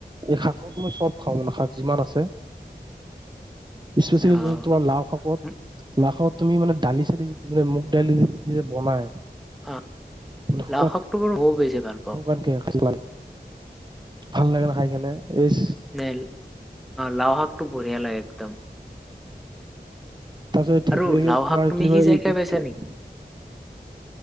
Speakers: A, on the right (about 25°); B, in the centre.
A: এই শাকত মই চব খাওঁ মানে শাক যিমান আছে। স্পেচিয়েলি
B: অ',
A: তোমাৰ লাও শাকত।
B: উম,
A: লাও শাকত তুমি মানে দালি চালি দি পেলে মুগ দালি দি যেতিয়া বনাই।
B: অ',
A: মানে শুকান
B: লাও শাকটো বাৰু বহুত বেছি ভাল। পাওঁ।
A: <inaudible> ভাল লাগে ন, খাই কেনে এইচ।
B: নে, লাও শাকটো বঢ়িয়া লাগে একদম।
A: তাৰপিছত
B: আৰু লাও
A: তোমাৰ
B: শাক তুমি
A: <unintelligible>
B: সিজাই খাই পাইছা নেকি?